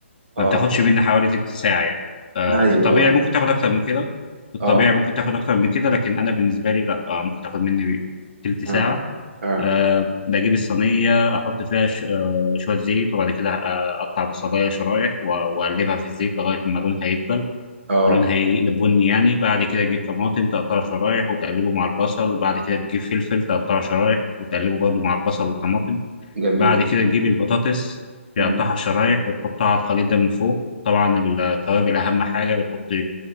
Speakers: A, on the right (about 60°); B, on the left (about 40°).
A: اه
B: ما بتاخدش مني حوالي تلت ساعة يعني آه،
A: ايوه
B: في الطبيعي ممكن تاخد أكتر من كده في الطبيعي
A: اه
B: ممكن تاخد أكتر من كده لكن أنا بالنسبة لي لا آه، ممكن تاخد مني تلت
A: اه
B: ساعة
A: اه اه
B: أه بجيب الصينية أحط فيها ش... أه شوية زيت وبعد كده آه، أقطع بصلاية شرايح و- وأقلبها في الزيت لغاية ما لونها يدبل
A: آه،
B: لونها يقلب بني يعني بعد كده تجيب طماطم تقطعها شرايح وتقلبه مع البصل وبعد كده بتجيب فلفل تقطعه شرايح وتقلبه برضه مع البصل والطماطم
A: جميل
B: بعد كده تجيب البطاطس تقطعها
A: مم.
B: شرايح وتحطها على الخليط ده من فوق طبعا التوابل أهم حاجة بتحطي